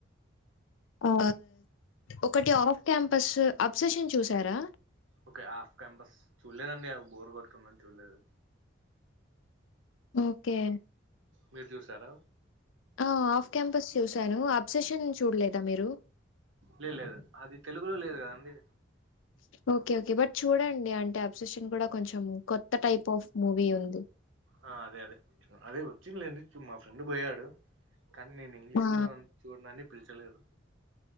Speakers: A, on the left; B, on the right.
A: ఆ ఒకటి ఆఫ్ క్యాంపస్ అబ్సెషన్ చూసారా
B: ఓకే హాఫ్ క్యాంపస్ చూడలేదండి అవి బోర్ కొడుతుందని చూడలేదు
A: ఓకే
B: మీరు చూశారా
A: ఆ ఆఫ్ క్యాంపస్ చూసాను అబ్సెషన్ చూడలేదా మీరు
B: లేదు లేదు అది తెలుగులో లేదు కదాండి
A: ఓకే ఓకే బట్ చూడండి అంటే అబ్సషన్ కూడా కొంచెం కొత్త టైప్ ఆఫ్ మూవీ ఉంది
B: ఆ అదే అదే అదే వచ్చిందిలేండి మా ఫ్రెండ్ పోయాడు కానీ నేను ఇంగ్లీష్
A: ఆ!
B: లో చూడనని పిలిచలేదు